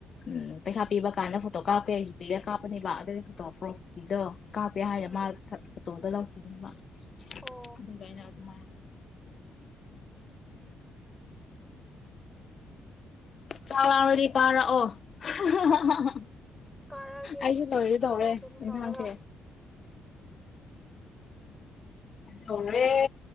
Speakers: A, on the left; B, in the centre.
A: ꯎꯝ ꯄꯩꯁꯥ ꯄꯤꯕ ꯀꯥꯟꯗ ꯐꯣꯇꯣ ꯀꯥꯞꯀꯦ ꯖꯤ ꯄꯤ ꯑꯦꯗ ꯀꯥꯞꯄꯅꯦꯕ ꯑꯗꯨꯒꯤ ꯐꯣꯇꯣ ꯄꯨꯔꯛꯄꯤꯗꯣ ꯀꯥꯄꯦ ꯍꯥꯏ
B: ꯎꯝ
A: ꯃꯥ ꯊ ꯇꯣꯗ ꯂꯣꯠꯈꯤꯕꯅꯦ ꯃ
B: ꯑꯣ
A: ꯑꯗꯨꯒꯤ ꯑꯩꯅ ꯑꯗꯨꯃꯥꯏꯅ ꯆꯥꯎꯔꯥꯛꯔꯗꯤ ꯄꯥꯔꯥꯛꯑꯣ ꯍꯥ ꯍꯥ ꯍꯥ ꯍꯥ
B: ꯀꯥꯔꯛꯑꯒꯦ
A: ꯑꯩꯁꯨ ꯂꯣꯏꯒꯦ ꯇꯧꯔꯦ
B: ꯆꯥꯛ ꯀꯩꯅꯣ
A: ꯌꯦꯟꯁꯥꯡꯁꯦ
B: ꯇꯧꯔꯒ
A: ꯌꯧꯔꯦ